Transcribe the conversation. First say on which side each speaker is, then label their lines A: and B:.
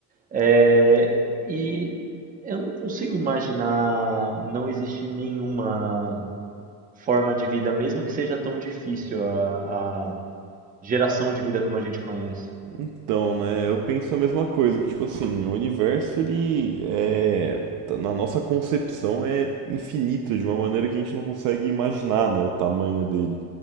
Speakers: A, on the right; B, on the right.
A: é, e eu não consigo imaginar não existir nenhuma forma de vida, mesmo que seja tão difícil a, a geração de vida como a gente conhece.
B: Então, né, eu penso a mesma coisa, que tipo assim, o universo, ele é, na nossa concepção é infinito de uma maneira que a gente não consegue imaginar, né, o tamanho dele.